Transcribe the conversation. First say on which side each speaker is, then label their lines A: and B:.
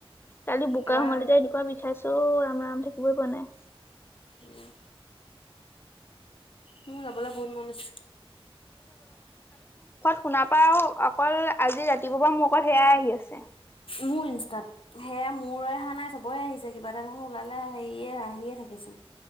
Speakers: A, on the left; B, on the left.
A: কালি বোকা
B: এবাৰ
A: সোমালেযে এনেকোৱা বিষ? খাইছে অহ, ৰাম-ৰাম থাকিবই পোৱা নাই।
B: উম, মোৰ যাবলৈ বহুত মন আছে।
A: শুনাৰ পা আৰু অকল আজি ৰাতিপুৱাৰ পৰা মোৰ অকল সেয়াই আহি আছে।
B: মো ইনষ্টাত। সেয়া মোৰে অহা নাই চবৰে আহিছে কিবা এটা দেখোন ওলালে সেয়ে আহিয়ে থাকেচোন।